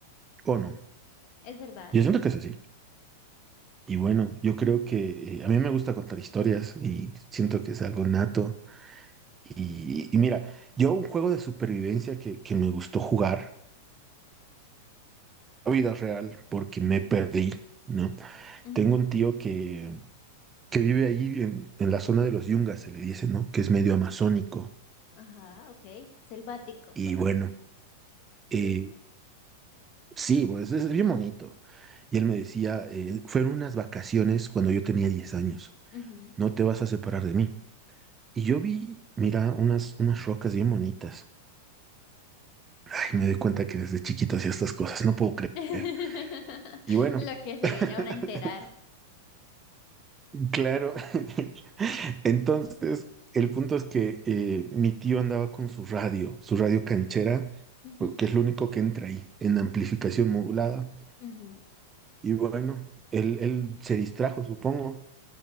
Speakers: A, on the right; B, on the left.
A: ¿o no?
B: Es verdad.
A: Yo siento que es así. Y bueno, yo creo que eh, a mí me gusta contar historias y siento que es algo nato. Y, y mira, yo un juego de supervivencia que, que me gustó jugar, la vida real, porque me perdí, ¿no?
B: Ujú,
A: Tengo un tío que, que vive ahí en, en la zona de los Yungas, se le dice, ¿no? Que es medio amazónico.
B: Ajá, ok. Selvático,
A: Y
B: pues.
A: bueno, eh, sí, pues es bien bonito. Y él me decía, eh, fueron unas vacaciones cuando yo tenía 10 años,
B: ujú,
A: no te vas a separar de mí. Y yo vi, mira, unas, unas rocas bien bonitas. Ay, me doy cuenta que desde chiquito hacía estas cosas, no puedo creer.
B: <laughs>
A: Y bueno,
B: Lo que se
A: <laughs>
B: viene a uno a enterar.
A: claro. <laughs> Entonces, el punto es que eh, mi tío andaba con su radio, su radio canchera,
B: ujú,
A: que es lo único que entra ahí, en amplificación modulada.
B: ujú.
A: Y bueno, él, él se distrajo, supongo,